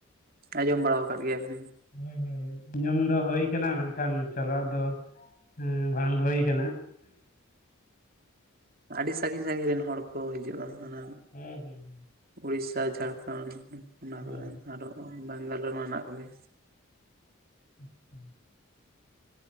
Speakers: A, on the right (about 45°); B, on the left (about 40°).
A: ᱟᱸᱡᱚᱢ ᱵᱟᱲᱟ ᱟᱠᱟᱫ ᱜᱮᱭᱟ ᱵᱮᱲ
B: ᱦᱳᱭ ᱦᱳᱭ ᱧᱩᱚᱢ ᱫᱚ ᱦᱳ ᱠᱟᱱᱟ ᱢᱮᱱᱠᱷᱟᱱ ᱪᱟᱞᱟᱜ ᱫᱚ ᱦᱮᱸ ᱵᱟᱝ ᱦᱩᱭ ᱠᱟᱱᱟ
A: ᱦ ᱟᱹᱰᱤ ᱥᱟᱺᱟᱹᱜᱤᱧ ᱥᱟᱺᱜᱤᱧ ᱨᱮᱱ ᱦᱚᱲ ᱠᱚ ᱦᱤᱡᱩᱜᱼᱟ ᱚᱱᱟ
B: ᱦᱩᱸ ᱦᱩᱸᱸ
A: ᱩᱲᱤᱥᱟ ᱡᱷᱟᱲᱠᱷᱚᱱᱰ ᱚᱱᱟ
B: ᱦᱳᱭ
A: ᱠᱚᱨᱮᱱ ᱟᱨᱚ ᱵᱮᱜᱟᱞ ᱨᱮᱱ ᱢᱮᱱᱟᱜ ᱠᱚᱜᱮᱭᱟ
B: <unintelligible>